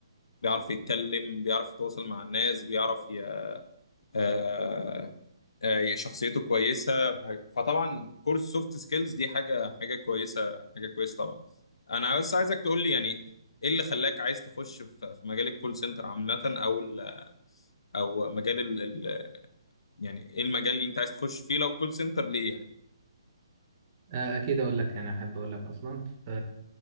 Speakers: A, on the left; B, on the right.
A: بيعرف يتكلم بيعرف يتواصل مع الناس بيعرف ي... آه، آه، شخصيته كويسة فح- فطبعا كورس سوفت سكيلز دي حاجة حاجة كويسة حاجة كويسة طبعا انا بس عايزك تقول لي يعني ايه اللي خلاك عايز تخش في في مجال الكول سنتر عامة او ال- او مجال ال... ال- يعني ايه المجال اللي انت عايز تخش فيه لو كول سنتر ليه يعني
B: آه، اكيد اقول لك يعني احب اقول لك اصلا ف-